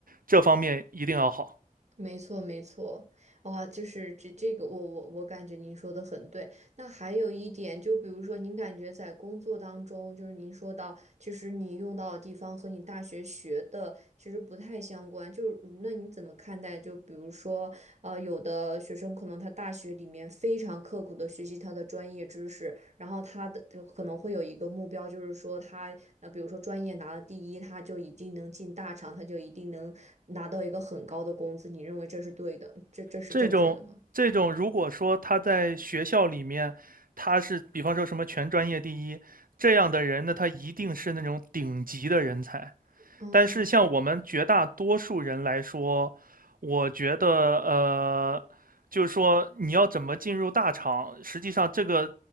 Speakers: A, on the right; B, on the right.
A: 这方面一定要好。
B: 没错，没错，哇，就是这这个，我我我感觉您说的很对。那还有一点，就比如说，您感觉在工作当中，就是您说到，其实你用到的地方和你大学学的其实不太相关。就是那你怎么看待？就比如说，呃，有的学生可能他大学里面非常刻苦的学习他的专业知识，然后他的就可能会有一个目标，就是说他那比如说专业拿了第一，他就一定能进大厂，他就一定能拿到一个很高的工资。你认为这是对的，这这是正确的吗？
A: 这种这种，如果说他在学校里面，他是比方说什么全专业第一这样的人呢，他一定是那种顶级的人才。
B: 嗯，
A: 但是像我们绝大多数人来说，我觉得呃，就是说你要怎么进入大厂，实际上这个